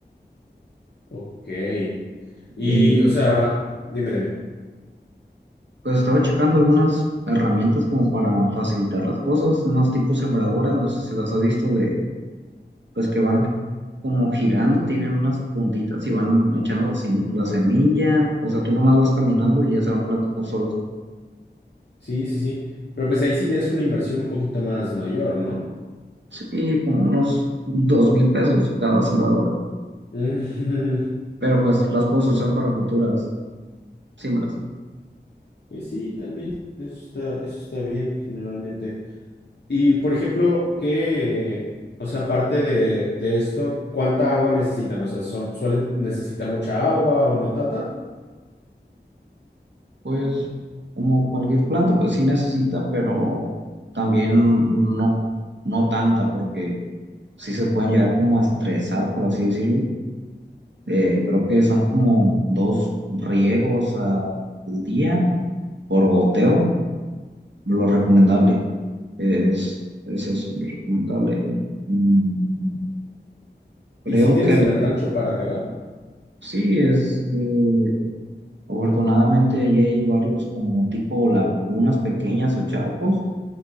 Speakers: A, on the left; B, on the right.
A: Ok. Y,
B: Y
A: o sea, dime, dime.
B: pues estaba checando algunas herramientas como para facilitar las cosas, unas tipo sembradoras, no sé si las has visto de, pues que van como girando, tienen unas puntitas y van echando la sem- la semilla, o sea, tú nomás vas caminando y ya se van plantando solas.
A: Sí, sí, sí. Pero pues ahí sí ya es una inversión un poquito más mayor, ¿no?
B: Sí, como unos dos mil pesos cada sembradora,
A: <laughs>
B: pero pues las puedes usar para futuras siembras.
A: Pues sí, también. Eso está, eso está bien, generalmente. Y por ejemplo, ¿qué, o sea, aparte de, de esto, cuánta agua necesitan? O sea, son- ¿suelen necesitar mucha agua o no tanta?
B: Pues como cualquier planta, pues sí necesita, pero también no, no tanta, porque sí se pueden llegar como a estresar, por así decirlo. Eh, creo que son como dos riegos al día por goteo, lo recomendable. Es, es eso, lo recomendable. Mm, Creo
A: ¿Y si tienes
B: que... el-
A: en el rancho para regar?
B: Sí, este, Afortunadamente allí hay varios como tipo lagunas pequeñas o charcos